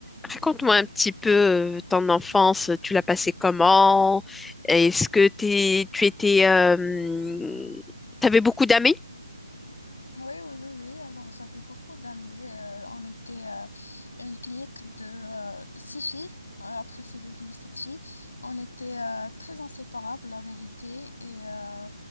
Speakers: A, in the centre; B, on the left.
A: Raconte-moi un petit peu euh, ton enfance, tu l'as passée comment? Est-ce que t'es, tu étais, euh, t'avais beaucoup d'amis?
B: Oui, oui, oui, oui. Alors, j'avais beaucoup d'amis. euh, on était euh, une clique de euh, six filles. Euh, Après, c'est devenu sept filles. On était euh, très inséparables, la vérité. Et euh,